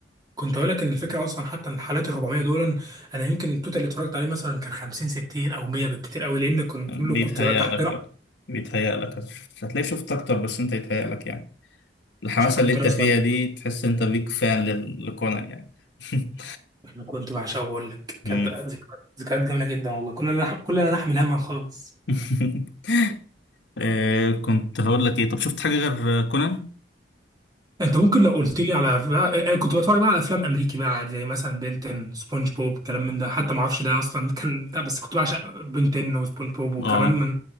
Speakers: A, on the right; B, on the left.
A: كنت اقول لك ان الفكره اصلا حتى ان الحالات ال 400 دول انا يمكن التوتال اللي اتفرجت عليه مثلا كان 50 60 او 100 بالكتير قوي لان كنت
B: بيتهيأ
A: كله كنت تحت
B: لك
A: رأي
B: لأ بيتهيأ لك هتلاقي شفت أكتر بس أنت يتهيأ لك يعني الحماسة
A: عشان كنت
B: اللي أنت
A: انا
B: فيها
A: صغير
B: دي تحس أنت بيك فان لل- لكونان يعني <laughs>
A: انا كنت بعشقه بقول لك
B: مم.
A: كانت ذكريات ذكريات جميله جدا والله كنا لا نح- كلنا نحمل هما خالص
B: <laughs> آه، كنت هقول لك إيه طب شفت حاجة غير كونان؟
A: انت ممكن لو قلت لي على بقى... آه، آه، كنت بتفرج بقى على افلام امريكي بقى عادي، زي مثلا بنتن سبونج بوب كلام من ده حتى ما اعرفش ده اصلا كان ده بس كنت بعشق بنتن وسبونج بوب وكمان
B: آه
A: من